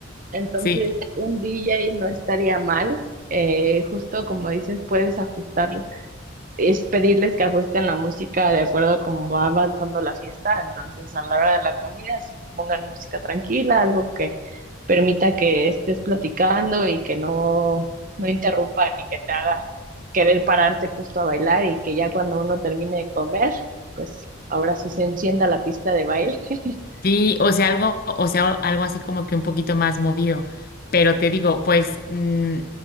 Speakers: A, on the right; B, on the left.
A: Entonces,
B: Sí,
A: un DJ no estaría mal, eh, justo como dices, puedes ajustar es pedirles que ajusten la música de acuerdo a cómo va avanzando la fiesta. Entonces, a la hora de la comida, sí que pongan música tranquila, algo que permita que estés platicando y que no, no interrumpa ni que te haga querer pararte justo a bailar y que ya cuando uno termine de comer, pues ahora sí se encienda la pista de baile. <laughs>
B: Sí, o sea, algo, o sea, algo así como que un poquito más movido. Pero te digo, pues, mm,